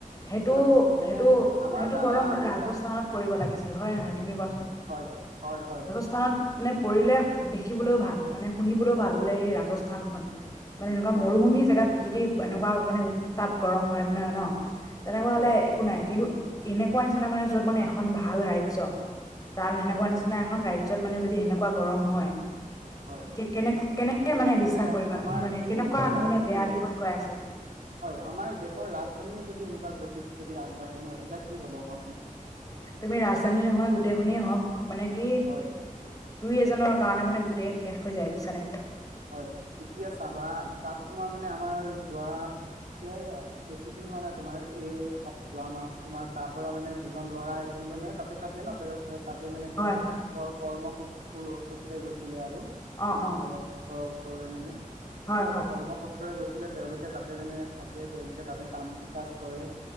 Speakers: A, on the left; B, on the right.
A: সেইটো-সেইটো-সেইটো
B: হয় মানে আমাৰ দাদা
A: গৰম ৰাজস্থানত
B: মানে
A: কৰিব লাগিছিল হয়ে নহয় তুমিও কোৱাচোন?
B: হয়, হয়-হয়।
A: তাত মানে পৰিলে দেখিবলৈও ভাল মানে শুনিবলৈও
B: হয়
A: ভাল বোলে এই ৰাজস্থানখন। মানে এনেকুৱা
B: হয়
A: মৰুভূমি জেগাত যদি এনেকুৱা মানে উত্তাপ গৰম হয় মানে ন? তেনেকুৱা
B: হয়
A: হলে একো নাই কিন্তু এনেকুৱা নিচিনা মানে যত মানে এখন ভাল ৰাজ্য। তাত সেনেকুৱা
B: হয়
A: নিচিনা এখন ৰাজ্যত মানে যদি এনেকুৱা গৰম হয়।
B: হয়
A: এতিয়া কেনে কেনেকে বিশ্বাস
B: মানে
A: কৰিবা
B: আমাৰ
A: তুমি মানে
B: যি
A: কেনেকুৱা
B: দেশৰ ৰাজধানী
A: মানে বেয়া
B: হয়,
A: দিশত গৈ আছে
B: আমাৰ দেশৰ ৰাজধানীয়ে যদি এনেকুৱা গতিত যদি আগবাঢ়ে ন, তেতিয়া কি হব কোৱাচোন?
A: তুমি ৰাজধানী নহয় গোটেই খনে হওঁক, মানে কি
B: হয়
A: দুই এজনৰ কাৰণে মানে গোটেই শেষ হৈ যায় বুইছানে?
B: হয়। এতিয়া চাবা হা, তাত তোমাৰ মানে আমাৰ যোৱা এ বেছি দিন হোৱা নাই তোমাৰ এই অ, যোৱা মাহত তোমাৰ তাৰ পৰা মানে দুজন ল'ৰা আহিছিলে মানে তাতে থাকে ন তেৰত তে তাতে মানে
A: হয়
B: কিবা
A: হয়
B: কৰ কৰ্ম সূ সূত্ৰে গৈছিলে আৰু
A: অ',
B: আমাৰ
A: অ',
B: ঘৰৰ ঘৰৰ ওচৰৰে মানে
A: হয় হয়
B: কৰ্ম সূত্ৰৰে গৈছিলে তেওঁলোকে তাতে মানে থাকে তেওঁলোকে তাতে কাম কাজ কৰে